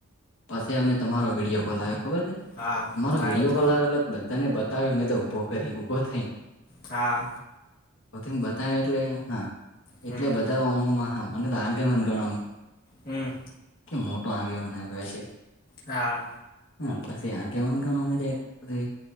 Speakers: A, on the left; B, on the left.
A: પછી અમે તમારો વિડિયો કોલ આવ્યો ખબર છે
B: હા
A: તમારો
B: આવ્યો
A: વિડિયો
B: તો
A: કોલ આવેલો બધાને- બતાવીયુ ઉભો કરી ઉ ઉભો થઈ.
B: કા
A: ને બતાવે એટલે હા
B: હમ
A: એટલે બધા ઓમોમાં હા મને તો આગેમન ગણમ.
B: હમ.
A: કે મોટો આગેવાનાર રહે છે.
B: હા.
A: હા પછી આગેવાન ઘણો મંડ્યા ક‌ઇક.